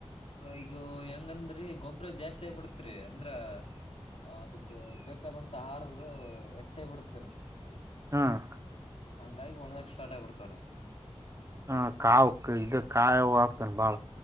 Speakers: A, on the left; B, on the right.
A: ಈಗ ಹೆಂಗಂದ್ರಿ ಗೊಬ್ಬ್ರ ಜಾಸ್ತಿ ಆಗ್ ಬಿಡತ್ರಿ ಅಂದ್ರ ಅದಕ್ ಬೇಕಾದಂತ ಆಹಾರದ ಹೆಚ್ಚಾಗಿ ಬಿಡ್ತಾರೆ
B: ಹಾಂ
A: ಹಂಗಾಗಿ ಒಣಗಾಕ್ ಸ್ಟಾರ್ಟ್ ಆಗ್ ಬಿಡ್ತಾರರು
B: ಹ ಕಾವಕ್ ಇದ ಕಾಯ ಹತನ್ ಬಾಳ